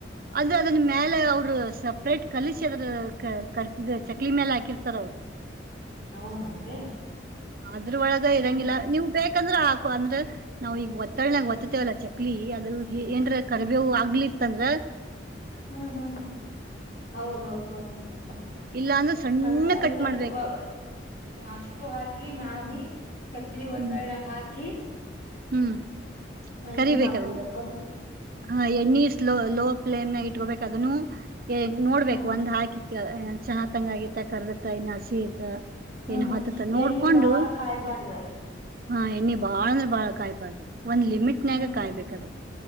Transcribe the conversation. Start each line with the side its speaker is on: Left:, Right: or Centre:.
Right: ಅಂದ್ರೆ ಅದನ್ ಮೇಲೆ ಅವರು ಸಪ್ರೇಟ್ ಕಲಿಸಿಿ ಅದ್ರ ಕರ್ತಿದ ಚಕ್ಲಿ ಮೇಲೆ ಹಾಕಿರ್ತಾರ ಅವರು
Left: ಹೌದನ್ಬೆ
Right: ಅ್ರ ಒಳಗ
Left: ಹ್ಮ್
Right: ಇರಂಗಿಲ್ಲ
Left: ಹ್ಮ್
Right: ನೀವು್ ಬೇಕಂದ್ರೆ ಆ ಅಂದ್ರ ನಾವ್ ಈಗ ಒತ್ತಳ್ನಾಗ ಒತ್ತತೇವಲ್ಲ ಚಕ್ಲಿ ಅದ್ರ ಏನ್ರ ಕರ್ಬೇ ಆಗ್ಲಿತ್ತ ಅಂದ್ರ
Left: ಹ್ಮ್ ಹ್ಮ್ ಹ್ಮ್ ಹೌದ ಹೌದು್ ಬರೋಂಗಿಲ್ಲ ಹ್ಮ್
Right: ಇಲ್ಲ ಅಂದ್ರೆ ಸಣ್ಣ
Left: ಹ್ಮ
Right: ಕಟ್ ಮಾಡ್ಬೇಕು
Left: ಅಷ್ಟು ಹಾಕಿ ನಾದಿ. ಕರೀಮೇವು ಒತ್ತಳ್
Right: ಹ್ಮ್
Left: ನಾಗ ಹಾಕಿ
Right: ಹ್ಮ್ ಕರಿಬೇಕ
Left: ಇದು ಮಾಡ್ಕೋಬೇಕ
Right: ಅದನ್ನ
Left: ಹೌದುಲ
Right: ಹಾ ಎಣ್ಣಿ ಸ್ಲೋ ಲೋ ಫ್ಲೇಮ್ನಾಗ ಇಟ್ಕೋಬೇಕ್ ಅದನ್ನು ನೋಡ್ಬೇಕು
Left: ಹಾ
Right: ಒಂದ್ ಹಾಕಿ ಚಾ ತಂಗ ಆಗತ್ತ ಕರ್ಮೆ ಇತ್ತ ಇನ್ ಹಸೀತ
Left: ಹ್ಮ್
Right: ಏನು
Left: ಹ್ಮ್
Right: ಹೊತ್ತತ ನೋಡ್ಕೊಂಡು
Left: ಎಣ್ಣಿ ಬಾಳ ಕಾಯ್ಬಾರ್ದ
Right: ಹಾ ಎಣ್ಣೆ ಬಾಳ ಅಂದ್ರೆ ಬಾಳ ಕಾಯ್ಬಾರ್ದು ಒಂದ್ ಲಿಮಿಟ್ನ್ಯಾಗ
Left: ಹ್ಮ್ ಹ್ಮ್
Right: ಕಾಯ್ಬೇಕದು
Left: ಹ್ಮ್